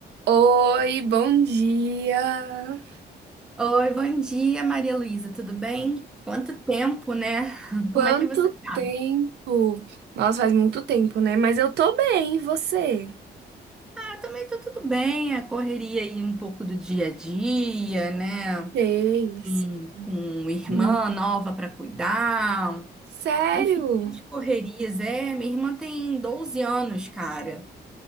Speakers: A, on the right; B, in the centre.
A: Oi, bom dia.
B: Oi, bom dia, Maria Luísa, tudo bem? Quanto tempo, né? <laughs>
A: Quanto
B: Como é que você. tá?
A: tempo? Nossa, faz muito tempo, né? Mas eu tô bem, e você?
B: Ah, também tá tudo bem, a correria aí um pouco do dia a dia, né?
A: Fez.
B: Com, com irmã
A: Hum,
B: nova para cuidar,
A: Sério?
B: enfim, de correrias. É, minha irmã tem 12 anos, cara,